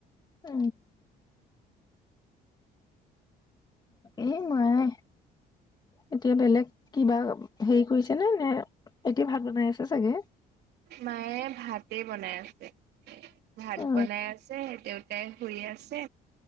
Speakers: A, on the left; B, on the right.
A: উ এই নায় এতিয়া বেলেগ কিবা হেৰি কৰিছে নে? নে এতিয়া ভাত বনাই আছে চাগে
B: মায়ে ভাত কি বনাই আছে? ভাত
A: অ
B: বনাই আছে দেত তাই শুই আছে।